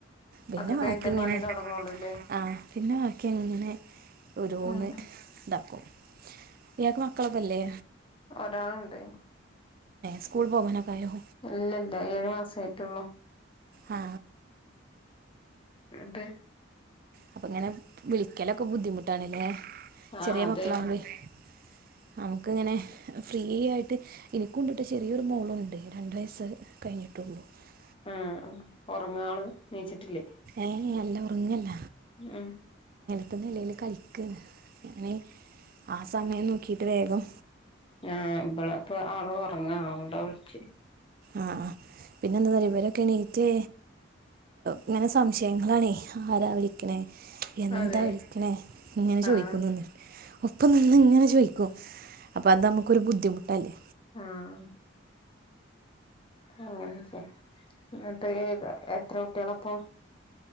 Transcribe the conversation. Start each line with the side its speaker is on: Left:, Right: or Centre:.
Right: പിന്നെ
Left: ഒക്കെ
Right: ബാക്കി
Left: കഴിഞ്ഞിട്ടേ
Right: ഇങ്ങനെ
Left: പണി തൊടങ്ങൊള്ളൂല്ലേ
Right: ആ പിന്നെ ബാക്കിങ്ങനെ- ഒരു മൂന്ന്
Left: ഉം
Right: ഇതാക്കും ഇയാക്ക് മക്കളൊക്കെല്ലേ
Left: ഒരാളുണ്ട്
Right: സ്കൂൾ പോന കായ <unintelligible>
Left: ഇല്ല ഇല്ല ഏഴു മാസ ആയിട്ടുള്ളൂ
Right: ആ
Left: അതേ
Right: അപ്പ ഇങ്ങനെ വിളിക്കലൊക്കെ ബുദ്ധിമുട്ടാണല്ലേ
Left: ആഹ്
Right: ചെറിയ
Left: അതെ
Right: മക്കളാവകുമ്പയി- നമുക്ക് ഇങ്ങനെ ഫ്രീ ആയിട്ട് എനിക്ക കൊണ്ടിട്ട് ചെറിയൊരു മോളുണ്ട് രണ്ട് വയസ്സ് കഴിഞ്ഞ- കേിട്ടുള്ള <unintelligible>
Left: ആഹ ഉറങ്ങ ആള് എണീച്ചിട്ടില്ലേ
Right: ഏ അല്ല ഉറങ്ങല്ല
Left: ഉം
Right: പത്ത നിലൽ കളിക്ക ഞന ആ <unintelligible> സമയം നോക്കിട്ട് വേഗം
Left: ഹ് ഇബള അപ്പൊ ആള ഉറങ്ങാൊണ്ടാ വിളിച്ചച്ച്
Right: ആഹ് പിന്നെന്തായ ഇവരൊക്കെയാണ് മറ്റേ ഇങ്ങനെ സംശയങ്ങളാണേ ആരാ വിളിക്കണേ എന്താ
Left: അതെ
Right: വിളിക്കണേ ഇങ്ങനെ ചോയ്ക്കുംനിന്നിട്ട്
Left: ആഹ്
Right: ഒപ്പം നിന്നങ്ങനെ ചോദിക്കും അപ്പ അത് നമുക്കൊരു ബുദ്ധിമുട്ടല്ലേ
Left: ആഹ് അങ്ങനെചെ ങ്ങെൻതേതാ എത്ര കുട്ട്യേളാ പ്പം?